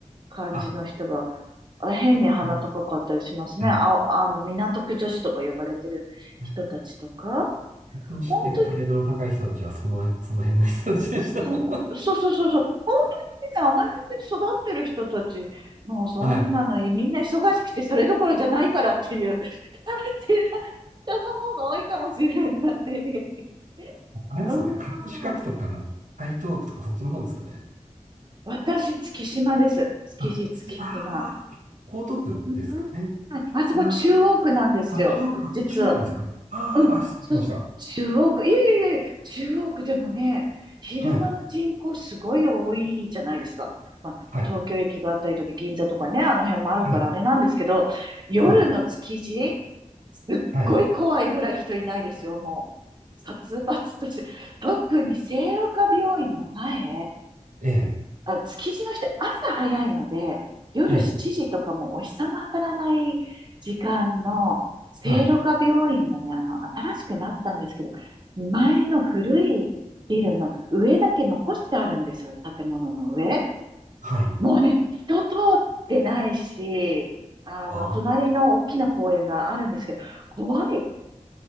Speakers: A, on the right (about 35°); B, on the right (about 85°).
A: 感じの人が、
B: あ、
A: あ変に鼻高かったりしますね。
B: うんはい。
A: あ、あの、港区女子とか呼ばれてる人たちとか。
B: はい僕の知ってるプライドの高い人たちは、
A: 本当
B: その、その辺の人たちでした。
A: うんそうそうそうそう。
B: <laughs>
A: 本当にね、あの辺で育ってる人たち、もうそんなのみんな忙しくてそれどころじゃないからっていう
B: はい。
A: <laughs> 感じの人の方が多いかもしれない。
B: あれですかね、
A: う
B: 葛飾区とか、
A: ん。
B: 台東区とか、そっちの方ですかね。
A: 私、月島です。築地、
B: あ、
A: 月島。
B: 次、あー、江東区ですかね。
A: うん。あそこ中央区なんですよ。
B: あー、あ、中央区、あ、
A: 実は。
B: 中央区ですか。あー、
A: うん、
B: あ、失礼しました。
A: そうそう、中央区、いやいやいやいや、中央区でもね、昼間の人口すごい多いじゃないですか。
B: はい。
A: まあ、
B: はい。
A: 東京駅があったりとか、銀座とかね、あの辺もあるからあれなんですけど、
B: はい。
A: 夜の築地、
B: はい。
A: すっごい怖いぐらい人いないですよ、
B: はい。
A: もう。殺伐として。特に聖路加病院の前、
B: ええ、
A: あ、築地の人、朝早いので、夜7時とかもうお日様当たらない時間の、
B: ええ、
A: 聖路加病院のね、
B: はい。
A: あの、新しくなったんですけど、前の古いビルの上だけ残してあるんですよ、建物の上。
B: はい。
A: もうね、人通ってないし、あの、
B: あー、
A: 隣の大きな公園があるんですけど、怖い、